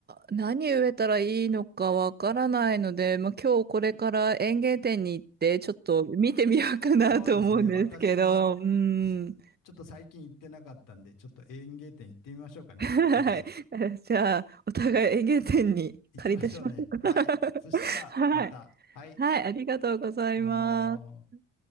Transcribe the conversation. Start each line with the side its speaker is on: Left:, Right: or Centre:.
Right: ー、何植えたらいいのかわからないので、まあ、今日これから園芸店に行って、ちょっと見てみようかなと思うんですけど、
Left: そうですね。私も
Right: うーん。
Left: すちょっと最近行ってなかったんで、ちょっと園芸店行ってみましょうかね。
Right: <laughs> はい。
Left: そろそろ。
Right: <laughs> じゃあ、お互い園芸店に借り出しましょうか。
Left: 行きましょうね。はい。そしたらまた。
Right: <laughs> はい。
Left: はい。
Right: はい、ありがとうございます。
Left: どうもー。